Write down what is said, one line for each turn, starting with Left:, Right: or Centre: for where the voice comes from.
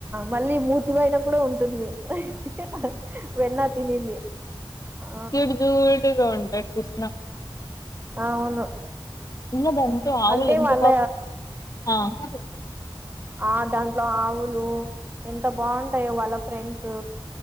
Right: మళ్ళీ మూతి మీదన కూడా ఉంటుంది అహ్హ వెన్న తినింది ఆ
Left: క్యూట్ క్యూట్ గా ఉంటాడు కృష్ణ
Right: అవును
Left: ఇంగా దానికి ఆవులు
Right: అంటే
Left: ఎంత
Right: వాళ్ళ
Left: <unintelligible>
Right: ఆ దాంట్లో ఆవులు ఎంత బాగుంటాయో వాళ్ళ ఫ్రెండ్స్